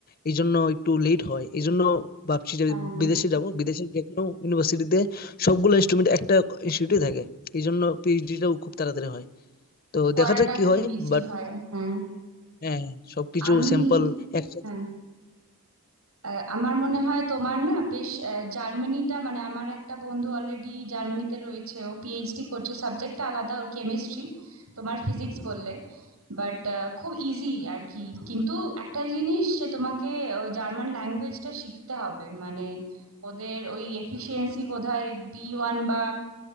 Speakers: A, on the left; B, on the right.
A: এই জন্য একটু লেট হয় এই জন্য ভাবছি যে
B: হ্যাঁ
A: বিদেশে যাব বিদেশে যে কোনো ইউনিভার্সিটিতে সবগুলো ইনস্ট্রুমেন্ট একটা ইনস্টিটিউটে থাকে এই জন্য পিএইচডিটাও খুব তাড়াতাড়ি হয় তো
B: পড়াটা
A: দেখা যাক কি
B: খুব
A: হয়
B: ইজি
A: বাট
B: হয় হ্যাঁ
A: হ্যাঁ, হ্যাঁ, সবকিছু
B: আমি
A: স্যাম্পল একসাথে
B: হ্যাঁ আহ, আমার মনে হয় তোমার না বেশ আহ, জার্মানিটা মানে আমার একটা বন্ধু অলরেডি জার্মানিতে রয়েছে ও পিএইচডি করছে সাবজেক্টটা আলাদা ওর কেমিস্ট্রি তোমার ফিজিক্স বললে বাট খুব ইজি আর কি কিন্তু একটা জিনিস যে তোমাকে জার্মান ল্যাঙ্গুয়েজটা শিখতে হবে মানে ওদের ওই এফিসিয়েন্সি বোধহয় বি ওয়ান বা